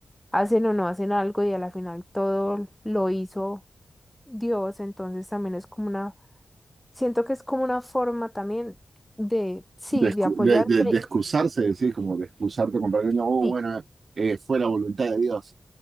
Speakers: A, in the centre; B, on the right.
A: hacen o no hacen algo y a la final todo lo hizo Dios, entonces también es como una, siento que es como una forma también de, sí,
B: De, excu-
A: de apoyarse,
B: de, de- de excusarse, es decir, como de excusarte con perdón, no, oh,
A: sí,
B: bueno, eh, fue la voluntad de Dios.